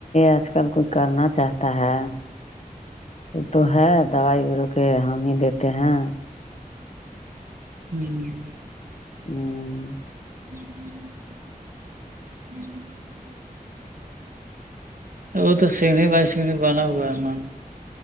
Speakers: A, on the left (about 50°); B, on the right (about 65°).
A: آج کل کوئی کرنا چاہتا ہے وہ تو ہے دوائی بیرو کے ہم ہی دیتے ہیں
B: ہوں
A: ہوں <unintelligible>
B: <inaudible> وہ تو سگنی بائی سگنی بنا ہوا ہے نام